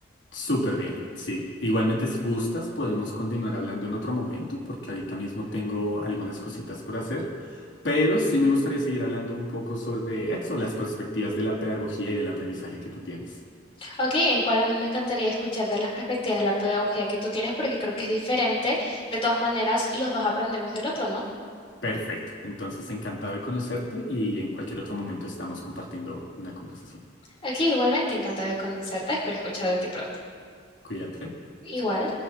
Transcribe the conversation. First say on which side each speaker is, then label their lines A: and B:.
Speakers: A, on the left; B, on the left.
A: súper bien, sí. Igualmente, si gustas, podemos continuar hablando en otro momento, porque ahorita mismo tengo algunas cositas por hacer, pero sí me gustaría seguir hablando un poco sobre eso, las perspectivas de la pedagogía y del aprendizaje que tú tienes.
B: Ok, e igual a mí me encantaría escuchar de las perspectivas la pedagogía que tú tienes porque creo que es diferente. De todas maneras, los dos aprendemos del otro, ¿no?
A: Perfecto. Entonces, encantado de conocerte y en cualquier otro momento estamos compartiendo una conversación.
B: Aquí igualmente encantada de conocerte, espero escuchar de ti pronto.
A: Cuídate.
B: Igual.